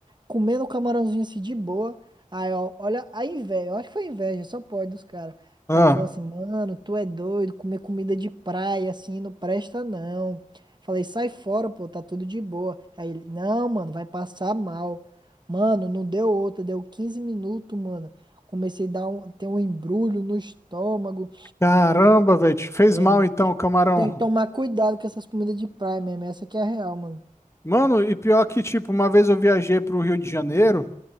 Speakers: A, on the right; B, on the left.
A: comendo o camarãozinho assim de boa. Aí, ó, olha a inveja, eu acho que foi inveja, só pode dos caras. O
B: Ah,
A: cara falou assim, mano, tu é doido, comer comida de praia assim não presta não. Falei, sai fora, pô, tá tudo de boa. Aí ele, não, mano, vai passar mal. Mano, não deu outra, deu 15 minutos, mano. Comecei a dar um, ter um embrulho no estômago.
B: caramba, velho, te fez
A: É,
B: mal
A: mano,
B: então,
A: tem,
B: camarão.
A: tem que tomar cuidado com essas comidas de praia mesmo, essa que é a real, mano.
B: Mano, e pior que, tipo, uma vez eu viajei pro Rio de Janeiro,